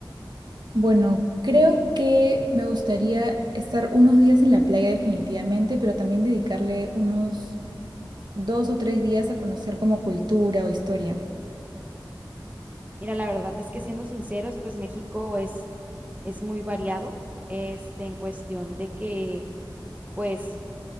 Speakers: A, on the right (about 60°); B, on the right (about 20°).
A: Bueno, creo que me gustaría estar unos días en la playa definitivamente, pero también dedicarle unos dos o tres días a conocer como cultura o historia.
B: Mira, la verdad es que siendo sinceros, pues México es, es muy variado, este, en cuestión de que, pues...